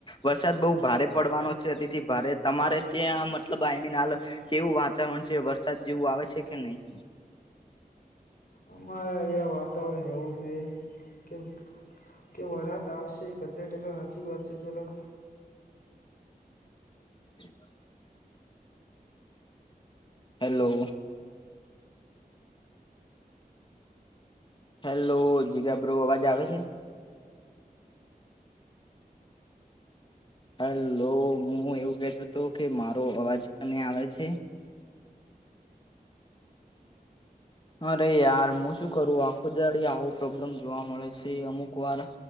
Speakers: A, on the left; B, on the left.
A: વરસાદ બહુ ભારે પડવાનો છે અતિથી ભારે તમારે ત્યાં મતલબ આઈમીન હાલ કેવું વાતાવરણ છે વરસાદ જેવું આવે છે કે નહીિ
B: અમારે અહંયા વાતાવરણ એવું છે કે કે વરાત આવશે એક અજયાર ટકા સાચી વાત છે પેલા
A: હમ હેલો હેલો જીગાબ્રો અવાજ આવે છે હલો હું એવું કતો હતો કે મારો અવાજ કને આવે છે હ અરે યાર હું શું કરું આખું દાડી આવો પ્રોબ્લેમ જોવા મળે છે અમુક વાર